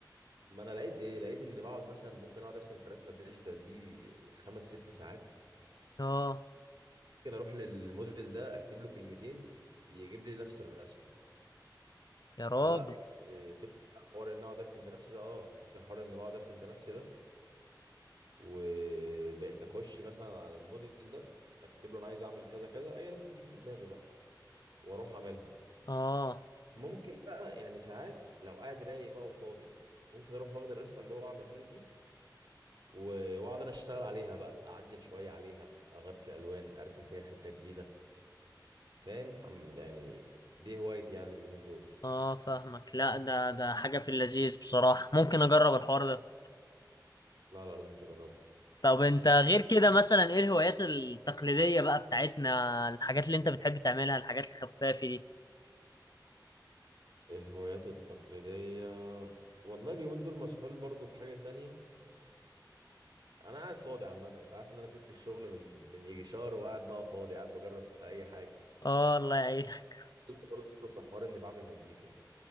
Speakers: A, on the right (about 80°); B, on the left (about 60°).
A: ما أنا لقيت إيه لقيت إني بقعد مثلا ممكن أقعد أرسم في رسمة الديجيتال دي خمس ست ساعات
B: اه
A: ممكن أروح للموديل ده أكتب له كلمتين يجيب لي نفس الرسمة
B: يا راجل
A: فلا إيه، سبت بقى حوار ان اقعد ارسم بنفسي ده اه سبت حوار ان بقعد ارسم بنفسي ده وبقيت اخش مثلا على الموديل ده اكتب له انا عايز اعمل كذا كذا اي رسمه بتيجي في دماغي بقى واروح اعملها
B: اه
A: ممكن بقى يعني ساعات لو قاعد رايق بقى وفاضي ممكن اروح واخد الرسمه اللي هو عملها لي دي و- واقعد انا اشتغل عليها بقى اعدل شويه عليها اغير في الالوان ارسم فيها حته جديده فاهم حم- يعني دي هوايتي يعني اليومين دول
B: اه فاهمك لا ده ده حاجة في اللذيذ بصراحة ممكن اجرب الحوار ده
A: لا لا لازم تجربها
B: طب انت غير كده مثلا ايه الهوايات التقليدية بقى بتاعتنا الحاجات اللي انت بتحب تعملها الحاجات الخفافة دي
A: الهوايات التقليدية والله اليومين دول مسحول برضو في حاجة تانية أنا قاعد فاضي عامة أنت عارف إن أنا سبت الشغل من من يجي شهر وقاعد بقى فاضي قاعد بجرب في أي حاجة
B: اه الله يعينك
A: قلت برضو في حوار إني بعمل مزيكا